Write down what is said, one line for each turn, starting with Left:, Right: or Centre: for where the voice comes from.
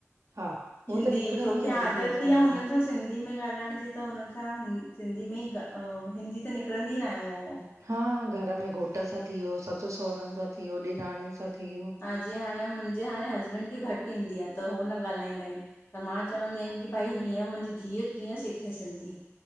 Right: हा हो
Left: हिंदी
Right: त निकिरंदी
Left: जोकी
Right: आहे
Left: आदती
Right: दीदी असांजे
Left: आ हुनन
Right: में
Left: सां। सिंधी में ॻाल्हाइण जी त हुन सां हि सिंधी में ई हिंदी त निकरंदी न आहे मुंहं मो।
Right: हा घर में घोट सां थीयो ससु सहुरन सां थीयो ॾेराणियुन सां थीयो।
Left: हा जीअं हाणे मुंजे हाणे हसबैंड खे घट ईंदी आ त उह न ॻाल्हाईंदाइन। त मां चवंदी आहिन की भाई हीअं मुंजी धीय कीअं सिखे सिंधी।